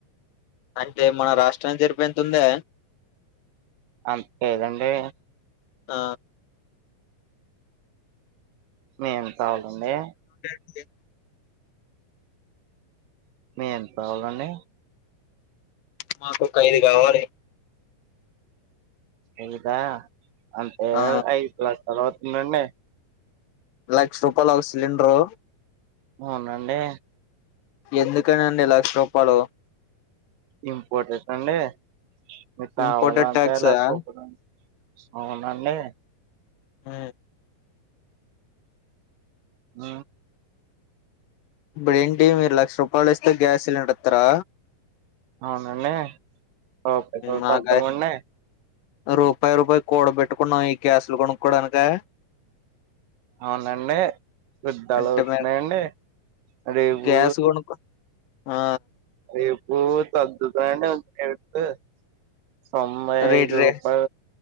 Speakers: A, on the left; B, on the right.
A: అంటే మన రాష్ట్రానికి జరిపెంతుందా
B: అంత లేదండి
A: ఆ
B: ఏం కావాలండి
A: కె
B: మీకు ఎంత కావాలండి
A: మాకొక ఐదు కావాలి
B: ఎంత అంటే
A: ఆ
B: ఐదు గ్లాస్ ద అవుతుందండి
A: లక్ష రూపాయలు వో సిలిండరు
B: అవునండి
A: ఎందుకనండి లక్ష రూపాయలు
B: ఇంపర్టెంట్ అండి మిక్ కావాలంటే
A: ఇంపోర్టెడ్ ట్యాక్స్
B: లక్షరూపాయలు
A: ఆ
B: అవునండి
A: హ
B: ఉ
A: ఇప్పుడేంటి మీరు లక్ష రూపాయలు ఇస్తే గ్యాస్ సిలిండర్ ఇస్తారా
B: అవునండి ఓకే ఓ
A: నాక
B: ఫద్ద మండి
A: రూపాయి రూపాయి కూడ పెట్టుకున్నాం ఈ క్యాసులు కొనుక్కోడానిక.
B: అవునండి యుద్ధాలు
A: అంటే
B: అవుతున్నాయంండి
A: మే
B: రేపు
A: గ్యాస్ కొనుక్కో ఆ
B: రేపుూ తగ్గుతాండీ రేటు తొంబై
A: రేటు
B: అయిదు
A: రే
B: రూపాయ